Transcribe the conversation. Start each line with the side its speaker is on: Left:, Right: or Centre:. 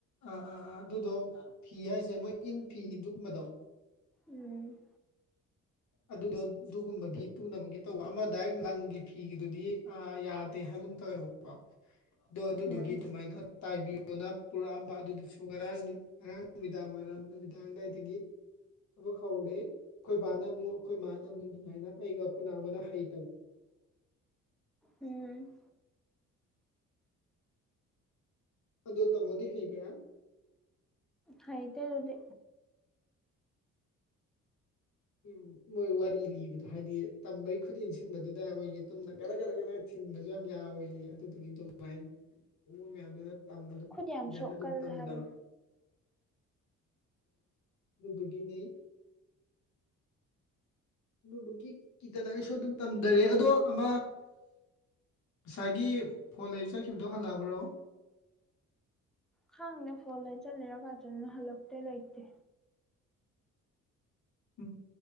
Left: ꯑꯥ ꯑꯥ ꯑꯥ ꯑꯗꯨꯗꯣ ꯐꯤ ꯍꯥꯏꯁꯦ ꯃꯣꯏ ꯏꯟ ꯐꯤ ꯑꯗꯨꯒꯨꯝꯕꯗꯣ
Centre: ꯎꯝ
Left: ꯑꯗꯨꯗꯣ ꯑꯗꯨꯒꯨꯝꯕꯒꯤ ꯇꯨꯅꯕꯒꯤ ꯇꯧꯕ ꯑꯃ ꯗꯥꯏ ꯂꯪꯒꯤ ꯐꯤꯒꯤꯗꯨꯗꯤ ꯑ ꯌꯥꯗꯦ ꯍꯥꯏꯒꯨꯝ ꯇꯧꯋꯦꯕ꯫ ꯑꯗꯣ ꯑꯗꯨꯗꯨꯒꯤ
Centre: ꯎꯝ
Left: ꯑꯗꯨꯃꯥꯏꯅ ꯇꯥꯏꯕꯤꯌꯣꯅ ꯄꯨꯔꯛꯑꯝꯕ ꯑꯗꯨꯗꯨꯁꯨ ꯉꯔꯥꯡ ꯉꯔꯥꯡ ꯅꯨꯃꯤꯗꯥꯡ ꯋꯥꯏꯔꯝ ꯅꯨꯃꯤꯗꯥꯡꯗꯋꯥꯏꯗꯒꯤ ꯊꯕꯛ ꯍꯧꯔꯦ ꯑꯩꯈꯣꯏ ꯕꯥꯅ ꯑꯃꯨꯛ ꯑꯩꯈꯣꯏ ꯃꯥꯅ ꯑꯃꯨꯛ ꯑꯗꯨꯃꯥꯏꯅ ꯑꯩꯒ ꯑꯩꯈꯣꯏꯅꯒꯣꯟꯅ ꯍꯩꯇꯕ
Centre: ꯎꯝ
Left: ꯑꯗꯨꯗ ꯇ ꯃꯣꯗꯤ ꯍꯦꯡꯕ꯭ꯔ
Centre: ꯍꯥꯏꯇꯦ ꯑꯗꯨꯗꯤ
Left: ꯎꯝ ꯃꯣꯏ ꯋꯥꯔꯤ ꯂꯤꯕꯗꯣ ꯍꯥꯏꯗꯤ ꯇꯝꯕꯩ ꯈꯨꯠ ꯏ ꯁꯤꯟꯕꯗꯨꯗ ꯃꯣꯏꯒꯤ ꯒꯗꯥꯛ ꯒꯥꯗꯛ ꯊꯤꯟꯕꯁꯨ ꯌꯥꯝ ꯌꯥꯎꯋꯤ ꯑꯗꯨꯗꯨꯒꯤ ꯑꯗꯨꯃꯥꯏꯅ ꯎ ꯃꯌꯥꯝꯗꯨꯅ ꯇꯝꯕ ꯑꯗꯨꯝ
Centre: ꯈꯨꯠ ꯌꯥꯝ
Left: ꯑꯗꯨꯅ
Centre: ꯁꯣꯛꯀꯜꯂꯦ
Left: ꯑꯗꯨꯝ ꯇꯝꯗꯕ
Centre: ꯍꯥꯏꯕꯅꯤ
Left: ꯑꯗꯨꯗꯒꯤꯅꯦ꯫ ꯑꯗꯨꯗꯨ ꯀꯤꯇꯅ ꯑꯩꯁꯨ ꯑꯗꯨꯝ ꯇꯝꯊꯔꯦ ꯑꯗꯣ ꯑꯃ ꯉꯁꯥꯏꯒꯤ ꯐꯣꯟ ꯂꯩꯕ ꯆꯠꯈꯤꯕꯗꯣ ꯍꯜꯂꯛꯑꯕ꯭ꯔꯣ
Centre: ꯈꯥꯡꯗꯦ ꯐꯣꯟ ꯂꯩ ꯆꯠꯂꯔ ꯀꯥ ꯆꯠꯅ ꯍꯜꯂꯛꯇꯦ ꯂꯩꯇꯦ꯫
Left: ꯎꯝ